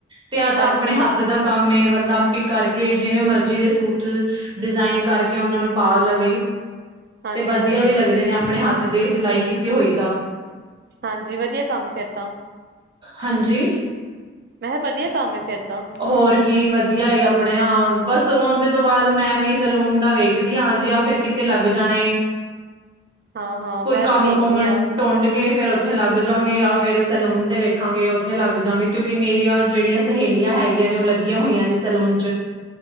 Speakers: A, on the right; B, on the right.
A: ਤੇ ਆਹ ਤਾਂ
B: ਹਾਂਜੀ
A: ਆਪਣੇ ਹੱ ਥ ਦਾ ਕੰਮ ਏ ਬੰਦਾ ਆਪੀ ਕਰਕੇ ਜਿਵੇਂ ਮਰਜੀ ਦੇ ਸੂਟ ਡਿਜ਼ਾਇਨ ਕਰਕੇ ਓਨਾਂ ਨੂੰ ਪਾ ਲਵੇ
B: ਹਾਂਜੀ
A: ਤੇ ਵਧੀਆ
B: ਹਾਂਜੀ
A: ਵੀ ਲੱਗਦੇ ਨੇ। ਆਪਣੇ ਹੱਥ ਦੇ ਸਿਲਾਈ ਕੀਤੀ ਹੋਈ ਤਾਂ।
B: ਹਾਂਜੀ ਵਧੀਆ ਕੰਮ ਫੇਰ ਤਾਂ।
A: ਹਾਂਜੀ।
B: ਮੈਂ ਹੇ ਵਧੀਆ ਕੰਮ ਐ ਫੇਰ ਤਾਂ।
A: ਹੋਰ ਕੀ ਵਧੀਆ ਆਪਣੇ ਆ ਬਸ ਓਦੇ ਤੋਂ ਬਾਅਦ ਮੈਂ ਵੀ ਸਲੂਨ ਦਾ ਵੇਖਦੀ ਆ ਜਾ ਫਿਰ ਤੇ ਲੱਗ ਜਾਣੇ
B: ਹਾਂ ਹਾਂ
A: ਕੋਈ
B: ਮੈਂ
A: ਕੰਮ
B: ਵੀ ਵੇਖਦੀ
A: ਕੁਮ
B: ਹਾਂ
A: ਟੁੰਡ ਕੇ ਫਿਰ ਓਥੇ ਲੱਗ ਜਾਗੇ ਜਾਂ ਫਿਰ ਸੈਲੂਨ ਤੇ ਵੇਖਾਂਗੇ ਓਥੇ ਲੱਗ ਜਾਗੇ ਕਿਉਂਕਿ ਮੇਰੀਆਂ ਜਿਹੜੀਆਂ ਸਹੇ ਲੀਆਂ ਹੈਗੀਆਂ ਨੇ ਓ ਲੱਗੀਆਂ ਹੋਈਆਂ ਨੇ ਸਲੂਨ ਚ।